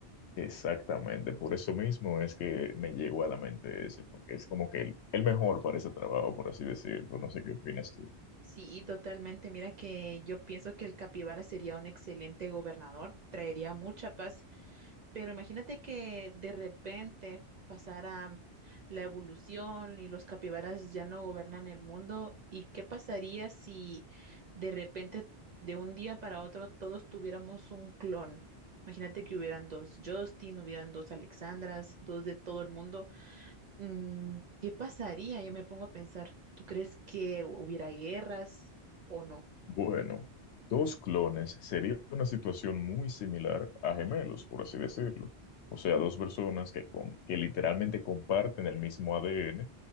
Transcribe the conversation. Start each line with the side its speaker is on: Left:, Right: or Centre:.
Left: Exactamente, por eso mismo es que me llegó a la mente ese, porque es como que el, el mejor para ese trabajo, por así decirlo. No sé qué opinas tú.
Right: Sí, totalmente. Mira que yo pienso que el capibara sería un excelente gobernador, traería mucha paz Pero imagínate que de repente pasara la evolución y los capibaras ya no gobernan el mundo. ¿Y qué pasaría si de repente, de un día para otro, todos tuviéramos un clon? Imagínate que hubieran dos Justin, hubieran dos Alexandras, dos de todo el mundo. Mm, ¿qué pasaría? Yo me pongo a pensar, ¿tú crees que hubiera guerras o no?
Left: Bueno, dos clones sería una situación muy similar a gemelos, por así decirlo. O sea, dos personas que, com- que literalmente comparten el mismo ADN